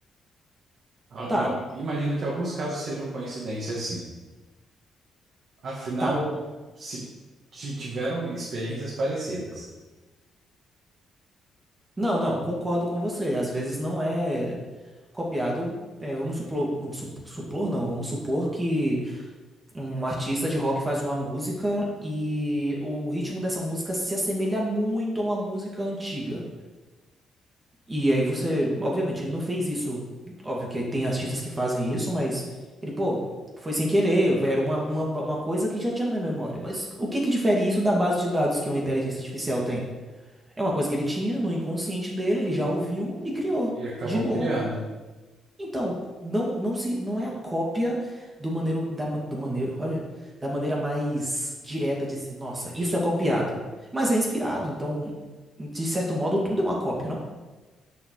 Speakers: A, on the right; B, on the right.
A: Al-
B: Tá,
A: em al- Imagino que alguns casos sejam coincidência, sim. Afinal,
B: tá.
A: se ti- tiveram experiências parecidas
B: Não, não, concordo com você. Às vezes não é copiado. é, vamos supor, su- supor, não, vamos supor que um artista de rock faz uma música e o ritmo dessa música se assemelha muito a uma música antiga. E aí você, obviamente, ele não fez isso. Óbvio que tem artistas que fazem isso, mas ele, pô, foi sem querer, era uma, uma, uma coisa que já tinha na minha memória. Mas o que que difere isso da base de dados que uma inteligência artificial tem? É uma coisa que ele tinha no inconsciente dele, ele já ouviu e criou
A: e acabou
B: de novo.
A: criando.
B: Então, não, não se, não é a cópia do maneiro, da, ma- do maneiro, olha, da maneira mais direta de ser, nossa, isso é copiado. Mas é inspirado, então, de certo modo, tudo é uma cópia, não?